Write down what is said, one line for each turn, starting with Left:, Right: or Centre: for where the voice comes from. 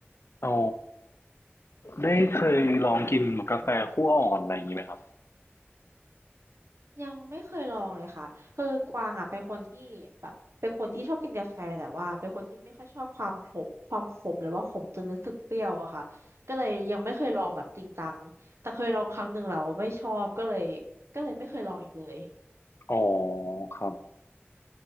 Left: อ๋อได้เคยลองกินกาแฟคั่วอ่อนอะไรอย่างงี้ไหมครับ
Right: <laughs> ยังไม่เคยลองเลยค่ะคือกวางอ่ะเป็นคนที่แบบเป็นคนที่ชอบกินกาแฟแต่ว่าเป็นคนที่ไม่ค่อยชอบความขมความขมหรือว่าขมจนรู้สึกเปรี้ยวอะค่ะก็เลยยังไม่เคยลองแบบจริงจังแต่เคยลองครั้งหนึ่งแล้วไม่ชอบก็เลยก็เลยไม่เคยลองอีกเลย
Left: อ๋อครับ